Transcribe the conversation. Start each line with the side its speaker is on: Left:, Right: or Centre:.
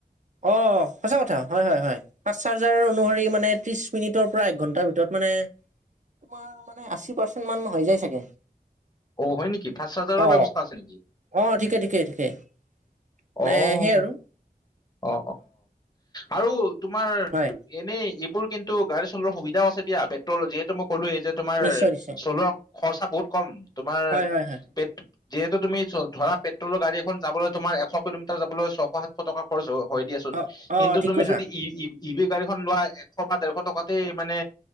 Right: অ সঁচা কথা হয়, হয়, হয়। ফাষ্ট চাৰ্জাৰ অনুসৰি মানে ত্ৰিশ মিনিটৰ পৰা এক ঘণ্টাৰ ভিতৰত মানে তোমাৰ মানে আশী পাৰ্চেন্ট মান হৈ যায় চাগে।
Left: অ হয় নেকি ফাষ্ট চাৰ্জাৰৰ
Right: অ
Left: ব্যৱস্থা আছে নেকি?
Right: অ ঠিকে ঠিকে ঠিকে মানে
Left: অ'
Right: সেই আৰু।
Left: অ আৰু তোমাৰ
Right: হয়
Left: এনেই এইবোৰ কিন্তু গাড়ী চলোৱাৰ সুবিধাও আছে দিয়া। পেট্ৰল যিহেতু মই ক'লোৱে এই যে তোমাৰ
Right: নিশ্চয় নিশ্চয়
Left: চলোৱা খৰচা বহুত কম, তোমাৰ
Right: হয় হয় হয়।
Left: পেট যিহেতু তুমি ধৰা পেট্ৰলৰ গাড়ী এখন যাবলৈ তোমাৰ এশ কিলোমিটাৰ যাবলৈ ছয়শ সাতশ টকা খৰচ হয় দিয়া চোন।
Right: অ অ
Left: কিন্তু
Right: ঠিক
Left: তুমি
Right: কৈছা
Left: যদি ই ই ভি গাড়ীখন লোৱা এশ বা ডেৰশ টকাতে মানে